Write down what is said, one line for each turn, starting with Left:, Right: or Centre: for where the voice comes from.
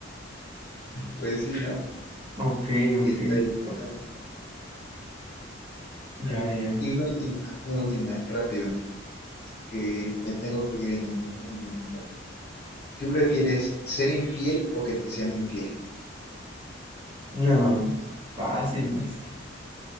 Left: pues sí, ¿no?
Right: Ok, ok.
Left: Y está ahí,
Right: ton-
Left: no,
Right: ya,
Left: Ah,
Right: ya.
Left: Y una última, una última, rápido, que me tengo que ir en un, un momento. ¿Qué prefieres, ser infiel o que te sean infiel?
Right: No, pues, fácil, maestro.